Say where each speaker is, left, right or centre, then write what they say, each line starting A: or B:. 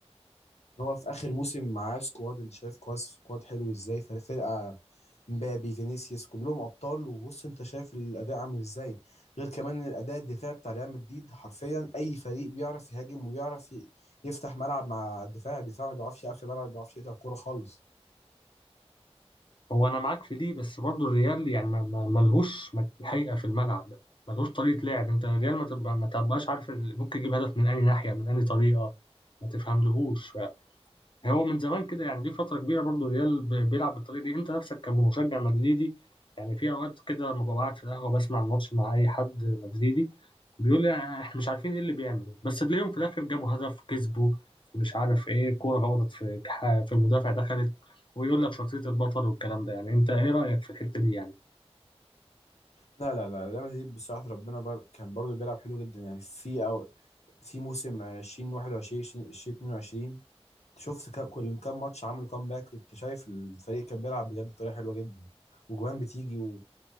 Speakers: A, on the left; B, on the left.
A: هو في اخر موسم معاه سكواد انت شايف كواس سكواد حلو ازاي فر- فرقه مبابي فينيسيوس كلهم ابطال وبص انت شايف الاداء عامل ازاي غير كمان الاداء الدفاعي بتاع ريال مدريد حرفيا اي فريق بيعرف يهاجم وبيعرف ي- يفتح ملعب مع الدفاع الدفاع ما بيعرفش يقفل ملعب ما بيعرفش يقطع كوره خالص
B: هو انا معاك في دي بس برضو الريال يعني ما- ما- ملهوش مت- حقيقه في الملعب ملهوش طريقه لعب انت الريال ما تبقى ما تبقاش عارف ال- ممكن يجيب هدف من اي ناحيه من اي طريقه ما تفهملهوش هو من زمان كده يعني دي فتره كبيره برضو الريال ب- بيلعب بالطريقه دي انت نفسك كمشجع مدريدي يعني في اوقات كده لما ببقى قاعد في القهوه بسمع الماتش مع اي حد مدريدي بيقول لي احنا مش عارفين ايه اللي بيعمله بس تلاقيهم في الاخر جابوا هدف كسبوا مش عارف ايه كورة خبطت في كح- في المدافع دخلت ويقول لك شخصية البطل والكلام ده يعني انت ايه رأيك في الحتة دي يعني
A: لا لا لا ريال مدريد بصراحه ربنا بر... كان برضه بيلعب حلو جدا يعني في او في موسم 2021 2022 شفت كا- كل كام ماتش عملوا كامباك كنت شايف الفريق كان بيلعب بجد بطريقه حلوه جدا وجوان بتيجي و...